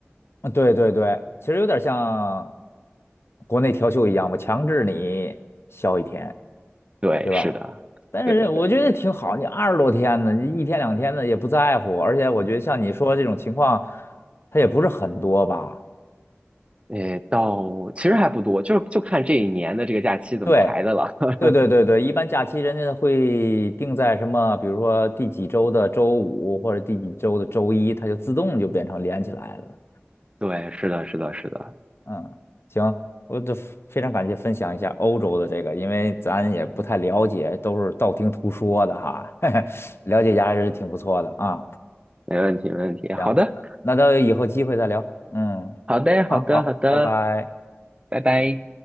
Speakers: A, on the left; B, on the right.
A: 啊对对对，其实有点像国内调休一样，我强制你休一天，
B: 对，
A: 对吧？
B: 是的，
A: 但是我觉得挺好，
B: 对的。
A: 你二十多天呢，你一天两天的也不在乎，而且我觉得像你说这种情况，它也不是很多吧。
B: 诶，到其实还不多，就是就看这一年的这个假期怎么排的了。
A: 对，
B: <laughs>
A: 对对对对，一般假期人家会定在什么，比如说第几周的周五或者第几周的周一，它就自动就变成连起来了。
B: 对，是的，是的，是的，
A: 嗯，行，我这非常感谢分享一下欧洲的这个，因为咱也不太了解，都是道听途说的哈，<laughs> 嘿嘿，了解一下还是挺不错的啊。
B: 没问题，没问题。好的，
A: 行，那那等以后机会再聊。嗯，
B: 好的，
A: 好好，
B: 好的，好的，
A: 拜拜。
B: 拜拜。